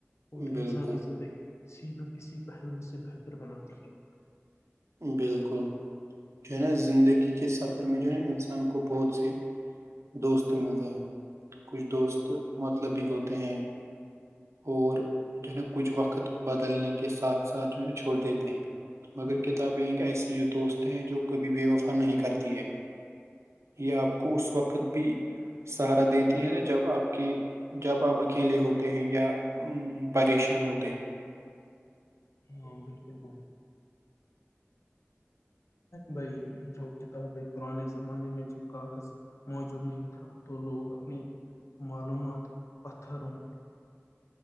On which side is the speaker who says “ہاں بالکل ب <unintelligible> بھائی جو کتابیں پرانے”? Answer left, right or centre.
Left